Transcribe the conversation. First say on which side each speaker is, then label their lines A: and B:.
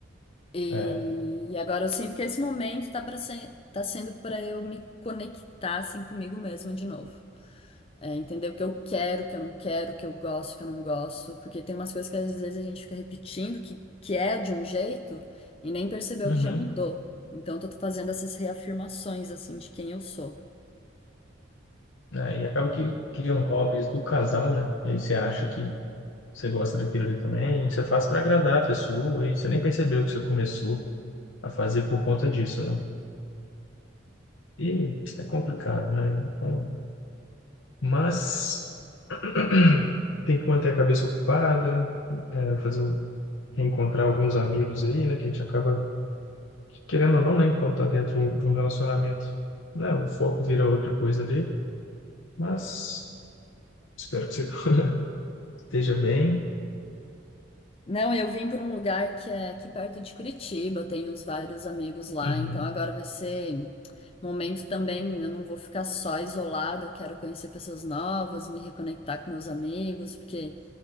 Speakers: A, on the left; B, on the left.
A: E
B: É.
A: agora eu sinto que esse momento tá para ser, tá sendo para eu me conectar assim comigo mesma de novo. É, entender o que eu quero, o que eu não quero, o que eu gosto, o que eu não gosto, porque tem umas coisas que às vezes a gente fica repetindo que, que é de um jeito e nem percebeu
B: Uhum.
A: que já mudou. Então eu tô fazendo essas reafirmações assim de quem eu sou.
B: né? E acaba que criam hobbies do casal, né? E aí você acha que você gosta daquilo ali também, e você faz para agradar a pessoa, e você nem percebeu que você começou a fazer por conta disso, né? E é complicado, né? Então, mas <clears throat> tem que manter a cabeça ocupada, é, fazer o- reencontrar alguns amigos aí, né? Que a gente acaba, querendo ou não, né? Enquanto tá dentro de um relacionamento, né? O foco vira outra coisa ali, mas espero que você <laughs> esteja bem.
A: Não, eu vim para um lugar que é aqui perto de Curitiba, eu tenho uns vários amigos lá,
B: Uhum,
A: então agora vai ser momento também, eu não vou ficar só isolada, eu quero conhecer pessoas novas, me reconectar com meus amigos, porque